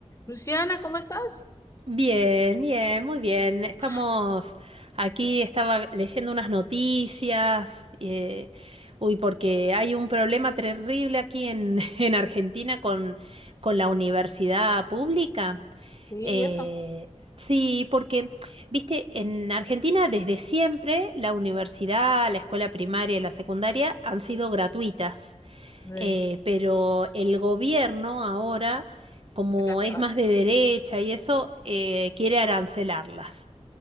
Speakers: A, on the left; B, on the right.
A: Luciana, ¿cómo estás?
B: Bien, bien, muy bien. Estamos
A: Ah,
B: aquí, estaba leyendo unas noticias, eh, uy, porque hay un problema terrible aquí en, <laughs> en Argentina con, con la universidad pública.
A: Sí,
B: Eh,
A: eso,
B: sí, porque, viste, en Argentina desde siempre la universidad, la escuela primaria y la secundaria han sido gratuitas.
A: de,
B: Eh, pero el gobierno ahora, como
A: del actuar.
B: es más de derecha y eso, eh, quiere arancelarlas.